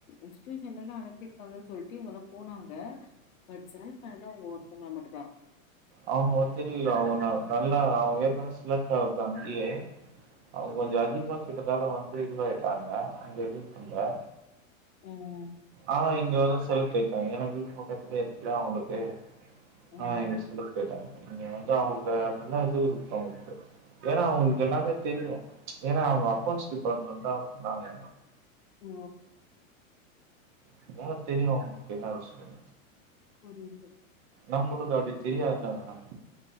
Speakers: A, on the left; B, on the right.
A: இன்ஸ்டூஷன்லந்து அனுப்பிருக்காங்கன் சொல்ட்டு இவுங்கல்லாம் போனாங்க பட் செலக்ட் பண்ணது அவுங்க ஒருத்தவங்கள மட்டுதா
B: அவுங்க வந்து அவன் நல்லா அவன் ஏற்கனவே செலக்ட் ஆகுப்ப அங்கயே அவுங்க கொஞ்சொ அதிக்மா கேட்டதால வந்து இதுவாயிட்டாங்க அங்க எது பண்ல
A: ம்
B: ஆ இங்க வந்து செலக்ட் ஆய்டாங்க ஏன்னா வீடு பக்கத்துலேயே இருக்குல அவுங்களுக்கு
A: ம்
B: ஆ‌ இங்க செலக்ட் ஆயிட்டாங்க இங்க வந்து அவுங்களுக்கு நல்ல இது இருக்கு அவுங்களுக்கு ஏன்னா அவுங்களுக்கு எல்லாமே தெரியு ஏன்னா அவுங்க அக்கவுன்ஸ் டிபார்ட்மெண்ட் தா பண்ணாங்க
A: ஓ
B: அதனால தெரியு அவுங்களுக்கு எல்லா விஷயம்
A: புரியுது
B: நம்மளுக்கு அப்டி தெரியாதுல்ல மேடம்